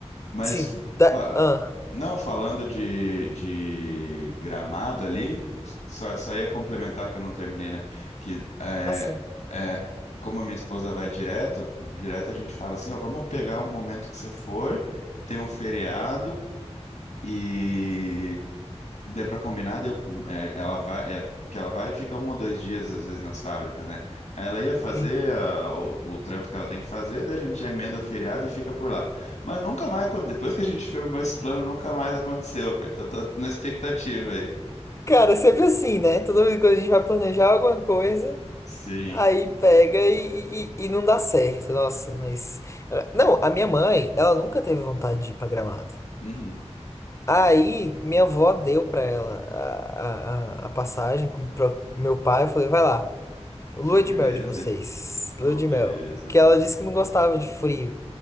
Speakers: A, on the left (about 85°); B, on the left (about 25°).
A: Mas
B: Sim, da...
A: fa-
B: Ah,
A: não falando de, de Gramado ali, só, só ia complementar que eu não terminei, né? Que é,
B: assim,
A: é, como a minha esposa vai direto, direto a gente fala assim, ó, vamos pegar um momento que você for, que tem um feriado e Deu pra combinar, deu, é, ela vai, é, que ela vai e fica um ou dois dias, às vezes, nas fábricas, né? Aí ela ia fazer
B: sim.
A: a- o, o trampo que ela tem que fazer, daí a gente já emenda o feriado e fica por lá. Mas nunca mais, acon- depois que a gente firmou esse plano, nunca mais aconteceu, cara. Então tô na expectativa aí.
B: Cara, é sempre assim, né? Toda vez que a gente vai planejar alguma coisa,
A: Sim.
B: aí pega e, e, e não dá certo. Nossa, mas. Não, a minha mãe, ela nunca teve vontade de ir pra Gramado.
A: Uhum.
B: Aí, minha avó deu pra ela a, a, a a passagem com pro meu pai. Eu falei, vai lá, lua
A: Que beleza,
B: de mel de vocês,
A: hein? Oh,
B: lua de
A: beleza.
B: mel. Que ela disse que não gostava de frio.